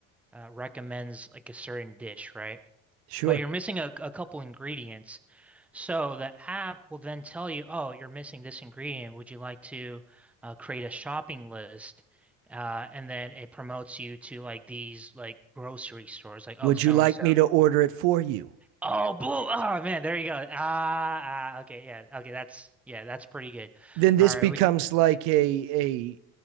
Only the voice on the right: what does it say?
Sure.
Would
you like
me to order it for you?
Then this
becomes
like a